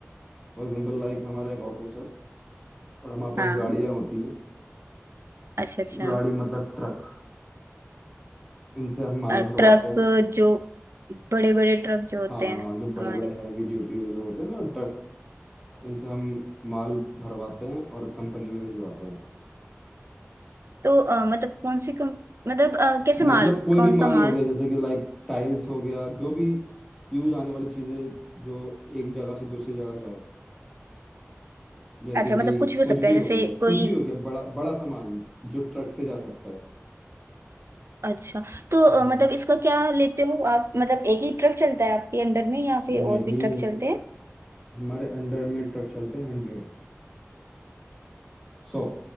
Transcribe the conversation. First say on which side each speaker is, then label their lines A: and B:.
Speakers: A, in the centre; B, on the right.
A: फॉर एग्जांपल लाइक हमारा एक ऑफिस है और हमारे पास
B: हाँ
A: गाड़ियाँ होती हैं
B: अच्छा अच्छा
A: गाड़ी मतलब ट्रक उनसे हम माल
B: ट्रक
A: भरवाते हैं
B: जो बड़े बड़े ट्रक जो होते
A: हाँ
B: हैं
A: जो बड़े
B: हमारे
A: बड़े हैवी ड्यूटी जो होते हैं ना ट्रक उनसे हम माल भरवाते हैं और कंपनी में भिजवाते हैं
B: तो अ, मतलब कौन सी कम, मतलब अ, कैसे माल
A: मतलब कोई
B: कौन
A: भी
B: सा
A: माल
B: माल
A: हो गया जैसे कि लाइक टाइल्स हो गया जो भी यूज आने वाली चीज़ें जो एक जगह से दूसरी जगह जाए जैसे
B: अच्छा
A: कि
B: मतलब कुछ भी हो
A: कुछ
B: सकता
A: भी
B: है जैसे
A: हो गया
B: कोई
A: कुछ भी हो गया बड़ा बड़ा सामान जो ट्रक से जा सकता है
B: अच्छा तो अ,
A: हाँ
B: मतलब इसका क्या लेते हो आप मतलब एक ही ट्रक चलता है आपके अंडर में या फिर
A: नहीं
B: और भी ट्रक चलते हैं
A: हमारे अंडर में ट्रक चलते हैं हंड्रेड सौ